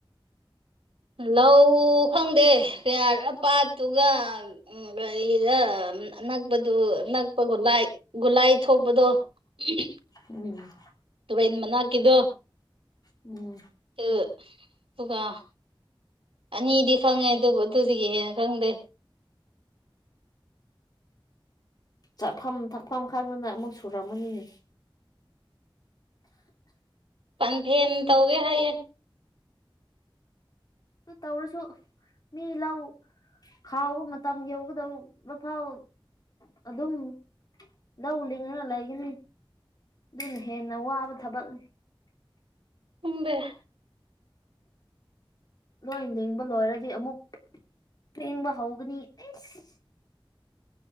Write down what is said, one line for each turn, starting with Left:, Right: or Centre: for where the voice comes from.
Right: ꯂꯧ ꯈꯪꯗꯦ ꯀꯌꯥ ꯑ ꯄꯠꯇꯨꯒ ꯎꯝ ꯒꯥꯔꯤꯗ ꯑꯅꯛꯄꯗꯨ ꯅꯛꯄ ꯒꯨꯂꯥꯏ ꯒꯨꯂꯥꯏ ꯊꯣꯛꯄꯗꯣ ꯎꯝ <unintelligible>
Left: ꯎꯝ
Right: ꯔꯦꯜꯠ ꯃꯅꯥꯀꯤꯗꯣ
Left: ꯎꯝ
Right: ꯑꯗꯨ ꯑꯗꯨꯒ ꯑꯅꯤꯗꯤ ꯈꯪꯉꯦ ꯑꯗꯨꯕꯨ ꯑꯗꯨꯁꯤꯒꯤ ꯍꯦꯟꯅ ꯈꯪꯗꯦ
Left: ꯆꯥꯐꯝ ꯊꯛꯐꯝ ꯈꯪꯗꯅ ꯑꯃꯨꯛ ꯁꯨꯔꯝꯃꯅꯤꯅꯦ
Right: ꯄꯟꯊꯦꯝ ꯇꯧꯒꯦ ꯍꯥꯏꯌꯦ
Left: ꯇꯧꯔꯁꯨꯁ ꯃꯤ ꯂꯧ ꯈꯥꯎꯕ ꯃꯇꯝ ꯌꯧꯒꯗꯧ ꯃ ꯐꯥꯎ ꯑꯗꯨꯝ ꯂꯧ ꯂꯤꯡꯂꯒ ꯂꯩꯒꯅꯤ ꯑꯗꯨ ꯍꯦ ꯅ ꯋꯥꯕ ꯊꯕꯛꯅꯤ
Right: ꯎꯝꯕꯦ
Left: ꯂꯣꯏ ꯂꯤꯡꯕ ꯂꯣꯏꯔꯗꯤ ꯑꯃꯨꯛ ꯂꯤꯡꯕ ꯍꯧꯒꯅꯤ ꯑꯩꯁ